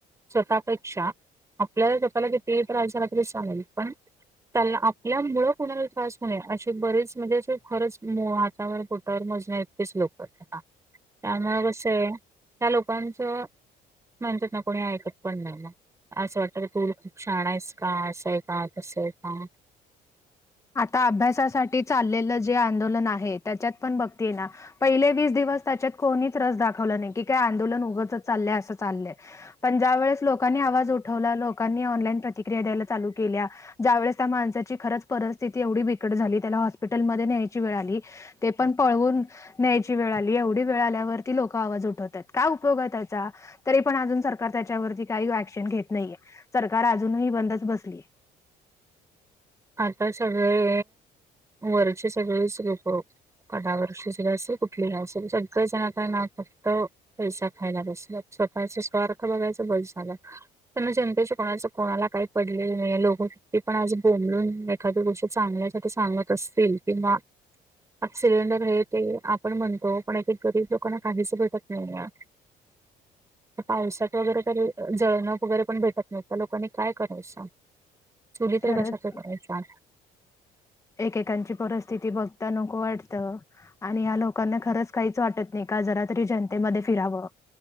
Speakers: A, on the right; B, on the left.
A: स्वतःपेक्षा आपल्याला स्वतःला कितीेही तर राजजारातील चालेल पण त्या आपल्या मुळ कुणाला त्रास होणेये अशी बरेच म्हणजे अस खरंच हातावर पोटावर मज नाही च लोक त्यामु कस आहे त्या लोकांचं म्हणतात ना कोणी ऐकत पण नाही मग असं वाटतं तू खूप छान आहेस का असं आहे हां त सल का
B: आता अभ्यासासाठी चाललेलं जे आंदोलन आहे त्याच्यात पण बघते ये ना पहिले वीस दिवस त्याच्यात कोणीच रस दाखवला नाही की काय आंदोलन उगंच चाललंय असं चाललंय पण ज्या वेळेस लोकांनी आवाज उठवला लोकांनी ऑनलाईन प्रतिक्रिया द्यायला चालू केल्या ज्यावेेळेस त्या माणसाची खरंच परिस्थिती एवढी बिकट झाली त्याला हॉस्पिटलमध्येध्ये न्यायची वेळ आली ते पण पळवून न्यायची वेळ आली एवढी वेळ आल्यावरती लोक आवाज उठवतात काय उपयोग आहे त्याचा तरी पण अजून सरकार त्याच्यावरती काही ऍक्शन घेत नाहीये सरकार अजून ही बंदच बसलीय
A: आता सगळे वरचे सगळेच गप कड वर्षीची रा असल कुठली रा असेल सगळ जण का ना फक्त पैसा खाला बैसेत पसे सर बघायच बस झालं प जनतेच्या कोणाच कोणाला काही पडले नाही लोक्ती पण आ म्हणून एखादी्या गोष्टी चांगल्यासाठी सांगत असतील किंवा आता सिलेंडर आहे ते आपण म्हणतो पण एक एक गरीब लोक क काहीच भेटत नाही पावसात वगरे जळणं वगैरे पण भेटत नाही्ह त्या लोकांनी काय करायचं चुली
B: खरच
A: तर कशाच्या करायच्या?
B: एकेकांची परिस्थिती बघता नको वाटत आणि ह्या लोकांना खरंच काहीच वाटत नाही का जरा तरी जनतेमध्ये फिरावं